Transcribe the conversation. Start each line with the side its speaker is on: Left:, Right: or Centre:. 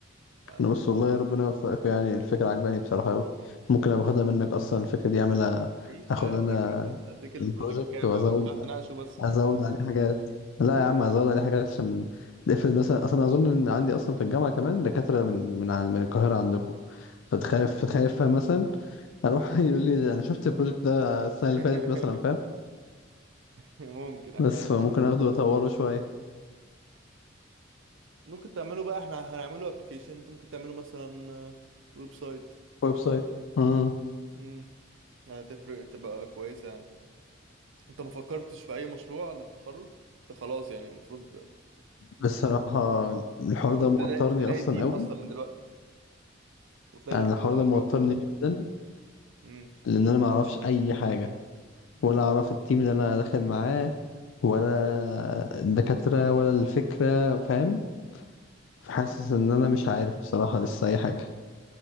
Right: يعني
Left: انا بس والله ربنا يوفقك يعني الفكرة عجباني بصراحة قوي ممكن ابقى اخدها منك اصلا الفكرة دي اعملها
Right: عيش
Left: اخد
Right: حياتك
Left: انا
Right: يا اخي. اديك البروجكت
Left: البروجكت
Right: كامل
Left: وازود
Right: وتروح تناقشه بس
Left: ازود عليه حاجات لا
Right: مم.
Left: يا عم ازود عليه حاجات عشان نقفل مثلا اصلا اظن ان عندي اصلا في الجامعه كمان دكاتره من من عن- من القاهره عندكم فتخاف خايف مثلا اروح <laughs> يقول لي انا شفت البروجكت ده السنه
Right: <laughs>
Left: اللي فاتت مثلا فاهم
Right: ممكن احتاج
Left: بس فممكن
Right: كبير
Left: اخده
Right: يعني.
Left: واطوره شويه
Right: ممكن تعمله بقى احنا هنعمله ابلكيشن انت ممكن تعمله مثلا ويب سايت
Left: ويب سايت امم
Right: امم هتفرق تبقى كويسه يعني انت ما فكرتش في اي مشروع للتخرج انت خلاص يعني المفروض
Left: بصراحه الحوار
Right: المفروض
Left: ده موترني
Right: تلاقي تلاقي
Left: اصلا
Right: تيم
Left: قوي
Right: اصلا من دلوقتي وتلاقي
Left: انا
Right: دكتور
Left: الحوار
Right: من
Left: ده موترني
Right: دلوقتي
Left: جدا
Right: امم
Left: لان انا ما اعرفش اي حاجه ولا اعرف التيم اللي انا داخل معاه ولا الدكاتره ولا الفكره فاهم حاسس
Right: مم.
Left: ان انا مش عارف بصراحه لسه اي حاجه